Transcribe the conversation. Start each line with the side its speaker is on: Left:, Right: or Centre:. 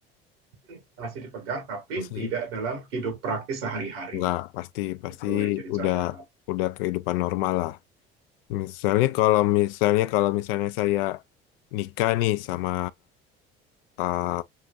Right: itu masih dipegang tapi
Left: Masih
Right: tidak dalam hidup praktis sehari-hari
Left: nggak pasti pasti
Right: itu yang jadi
Left: udah
Right: catatan.
Left: udah kehidupan normal lah. Misalnya kalau misalnya kalau misalnya saya nikah nih sama eh,